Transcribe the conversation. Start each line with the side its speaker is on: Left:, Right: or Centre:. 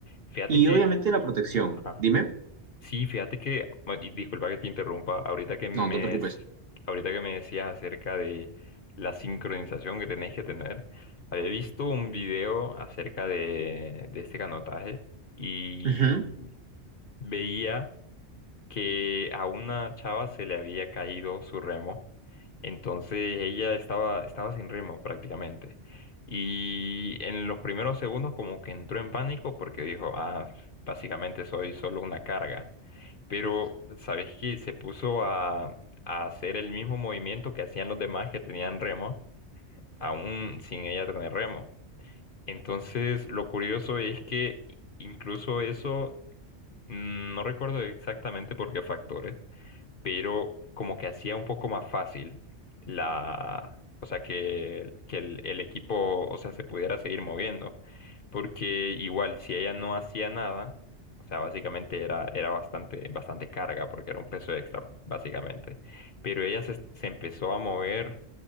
Left: Fíjate
Right: Y
Left: que,
Right: obviamente la protección.
Left: ajá.
Right: Dime.
Left: Sí, fíjate que, bueno, y disculpa que te interrumpa, ahorita que me,
Right: No, no te preocupes.
Left: es, ahorita que me decías acerca de la sincronización que tenés que tener, había visto un video acerca de, de este canotaje y
Right: Ujú,
Left: veía que a una chava se le había caído su remo, entonces ella estaba, estaba sin remo prácticamente. Y en los primeros segundos como que entró en pánico porque dijo, ah, básicamente soy solo una carga. Pero, ¿sabes qué? Se puso a, a hacer el mismo movimiento que hacían los demás que tenían remo, aún sin ella tener remo. Entonces, lo curioso es que incluso eso, mm, no recuerdo exactamente por qué factores, pero como que hacía un poco más fácil la, o sea, que, que el, el equipo, o sea, se pudiera seguir moviendo, porque igual si ella no hacía nada, o sea, básicamente era, era bastante, bastante carga, porque era un peso extra, básicamente, pero ella se, se empezó a mover,